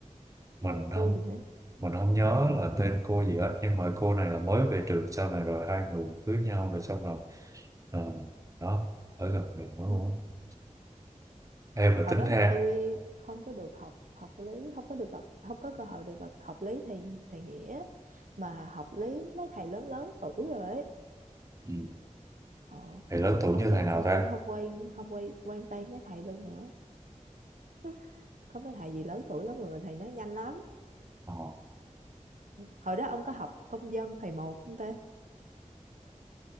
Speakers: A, on the right; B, on the right.
A: mình
B: còn một
A: không
B: cô gì nữa
A: mình không nhớ
B: ừ.
A: là tên cô gì á nhưng mà cô này là mới về trường sau này rồi hai người cưới nhau rồi xong rồi ờ, đó ở gần mình mới
B: ừ.
A: luôn á em là
B: hồi
A: tính
B: đó
A: ra
B: là tôi không có được học học lý không có được gặp không có cơ hội được gặp học lý thầy thầy nghĩa mà học lý mấy thầy lớn lớn tuổi rồi ấy
A: ừ.
B: ờ,
A: thì lớn tuổi
B: xong
A: như
B: giờ
A: thầy nào
B: sao cũng
A: ta
B: không quen không quen quen tay mấy thầy luôn nữa <laughs> có mấy thầy gì lớn tuổi lắm rồi mà thầy nói nhanh lắm
A: ờ,
B: hồi đó ông có học công dân thầy một không ta